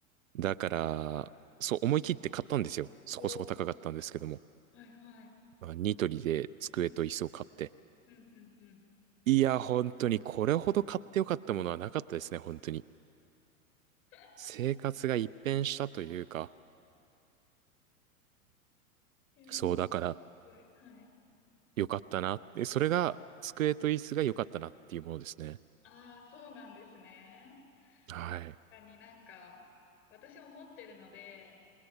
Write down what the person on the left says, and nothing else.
お、はいはい。
うん、うん、うん、うん。
<laughs>
いやー、
すごい。はい。
ああ、そうなんですね。
かになんか、私思ってるので、